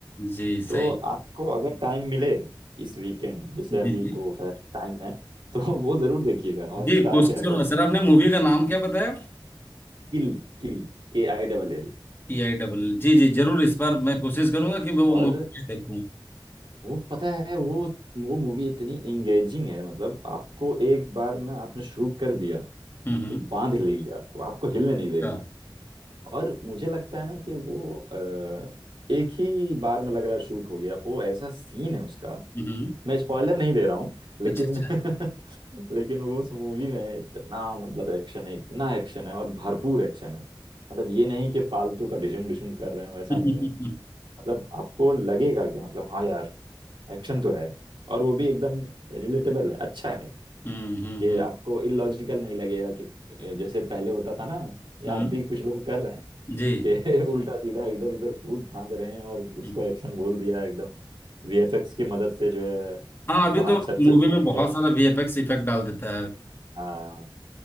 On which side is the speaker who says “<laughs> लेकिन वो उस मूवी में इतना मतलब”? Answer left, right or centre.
Right